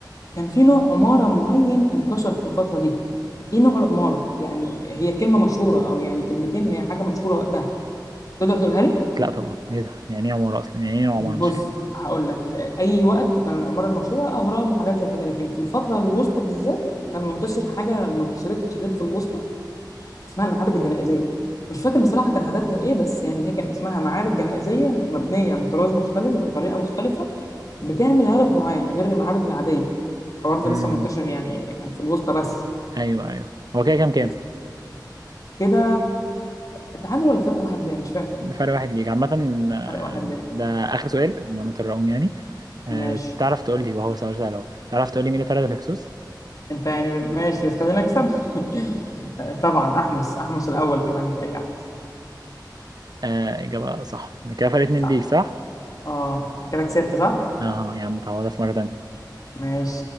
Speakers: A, on the left; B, on the right.
A: كان في نوع عمارة معين انتشر في الفترة دي ايه نوع العمارة يعني هي كلمة مشهورة أو يعني كلمتين هي حاجة مشهورة وقتها تقدر تقولها لي
B: لا طبعا ايه ده يعني ايه عمارة اصلا يعني ايه عمارة
A: بص
B: مش فاهم
A: هقول لك اي وقت كان العماره المشهوره اهرام وحاجات زي كده لكن في الفتره الوسطى بالذات كان منتشر حاجه ما انتشرتش غير في الوسطى اسمها المعابد الجنائزيه مش فاكر بصراحه كان هدفها ايه بس يعني هي كان اسمها معابد جنائزيه مبنيه بطراز مختلف بطريقه مختلفه بتعمل هدف معين غير المعابد العاديه الحوار ده
B: م.
A: لسه منتشر يعني كان في الوسطى بس
B: ايوه ايوه هو كده كام كام
A: بس كده التعادل ولا فرق واحد ليه مش فاكر
B: فرق واحد ليك عامة آه،
A: فرق واحد ليه
B: ده آخر سؤال أنا مترقم يعني آه،
A: ماشي
B: تعرف تقول لي وهو سؤال سهل أهو تعرف تقول لي مين اللي طرد الهكسوس؟
A: انت يعني بت- ماشي بس خلينا نكسب <laughs> طبعا احمس احمس الاول كمان مش اي احمس
B: آه، إجابة صح كده فرق اتنين
A: صح
B: ليك صح؟
A: اه أنا كده كسبت صح
B: أها يا عم تعوضها في مرة تانية
A: ماشي